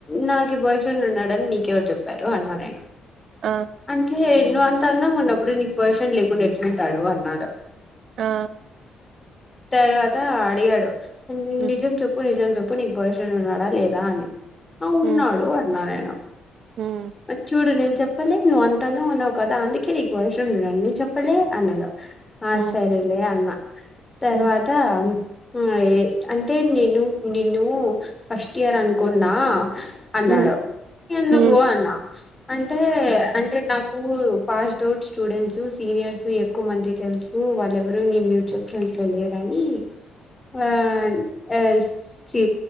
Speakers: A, on the left (about 20°); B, on the right (about 65°).
A: నాకు బాయ్ ఫ్రెండ్ ఉన్నాడని నీకెవరు చెప్పారు అన్నా నేను
B: ఆ
A: అంటే నువ్వు అంత అందంగా ఉన్నప్పుడు నీకు బాయ్ఫ్రెండ్ లేకుండా ఎట్లుంటాడు అన్నాడు
B: ఆ
A: తర్వాత ఆడిగాడు
B: ఉమ్
A: నిజం చెప్పు నిజం చెప్ ప్పు నీకు బాయ్ఫ్రెండ్ ఉన్నాడా లేదా అని ఆ ఉన్నాడు
B: ఉమ్
A: అన్నానేను
B: ఉమ్
A: చూడునే చెప్పలే నువ్వు అంతందంగా ఉన్నావు కదా అందుకే నీకు బాయ్ఫ్రెండ్ ఉన్నాడు నేను చెప్పలే అన్నడు ఆ
B: ఉమ్
A: సరేలే అన్నా తర్వాత
B: ఉమ్
A: ఆఎ అంటే నేను నిను ఫస్ట్ ఇయర్ అనుకున్నా అన్నాడు
B: ఉమ్
A: ఎందుకు
B: ఉమ్
A: అన్నా అన్ అంటే నాకు పాస్డ్ అవుట్ స్టూడెంట్స్ సీనియర్స్ ఎక్కువ మంది తెలుసు వాళ్ళ ఎవరు నీ మ్యూచువల్ ఫ్రెండ్స్ లో లేర అనీ ఆ యే చి